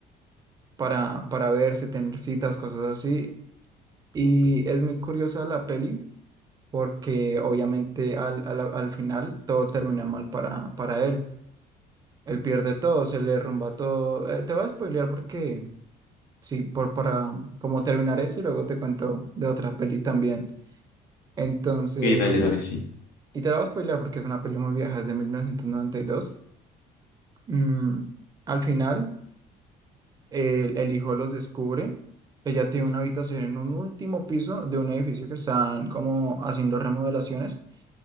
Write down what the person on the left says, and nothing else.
Ok, dale, dale, sí.